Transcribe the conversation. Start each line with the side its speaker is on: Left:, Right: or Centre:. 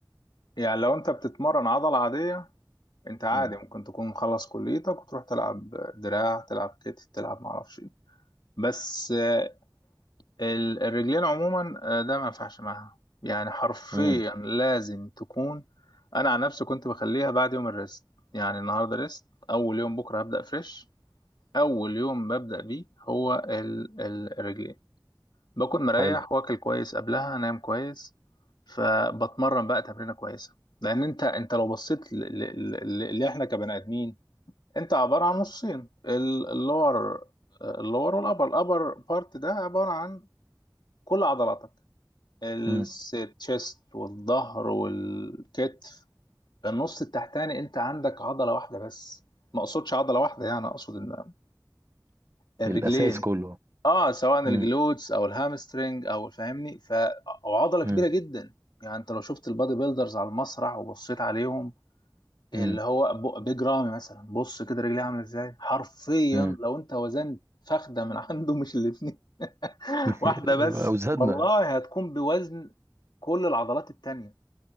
Left: يعني لو انت بتتمرن عضله عاديه انت عادي
Right: مم.
Left: ممكن تكون مخلص كليتك وتروح تلعب دراع تلعب كتف تلعب معرفش ايه بس آه، ال- الرجلين عموما آه، ده ما ينفعش معاها يعني حرفيا
Right: امم
Left: لازم تكون انا عن نفسي كنت بخليها بعد يوم الريست يعني النهارده ريست اول يوم بكره هبدا فريش اول يوم ببدا بيه هو ال- ال- الرجلين باكل مريح
Right: حلو
Left: واكل كويس قبلها انام كويس فبتمرن بقى تمرينه كويسه لان انت انت لو بصيت ل- ل- ل- اللي احنا كبني ادمين انت عباره عن نصين ال- اللور اللور والابر الابر بارت ده عباره عن كل عضلاتك الشيست
Right: امم
Left: والظهر والكتف النص التحتاني انت عندك عضله واحده بس ما اقصدش عضله واحده يعني اقصد ان الرجلين
Right: الأساس كله
Left: اه سواء
Right: مم.
Left: الجلوتس او الهامسترنج او فاهمني ف او عضله
Right: مم.
Left: كبيره جدا يعني انت لو شفت البادي بيلدرز على المسرح وبصيت عليهم اللي
Right: مم.
Left: هو ب- بيج رامي مثلا بص كده رجليه عامله ازاي حرفيا
Right: مم.
Left: لو انت وزنت فخده من عنده مش الاثنين <laughs>
Right: <laughs>
Left: واحده بس
Right: يبقى أوزادنا
Left: والله هتكون بوزن كل العضلات التانية